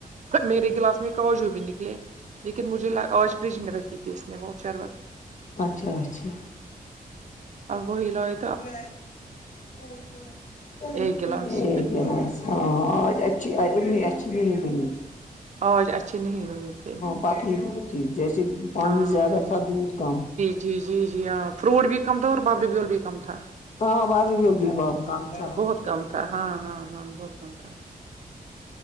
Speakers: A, on the right; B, on the left.
A: میرے گلاس میں کاجو بھی نکلے لیکن مجھے آج فریج میں رکھی تھی اس نے وہ شربت
B: اچھا اچھا
A: اب وہی لیہ
B: <unintelligible>
A: ایک گلاس
B: اں آج <unintelligible>
A: آج اچھی نہیں ہوئی تھی
B: پتلی بہت تھی جیسے پانی
A: ہاں
B: زیادہ تھا دودھ کم
A: جی جی جی ہاں فروٹ بھی کم تھا اور بابری بیول بھی کم تھا
B: ہ بعدگ بم کام تھا
A: بہت کم تھا ہاں ہاں ہاں بہت کم تھا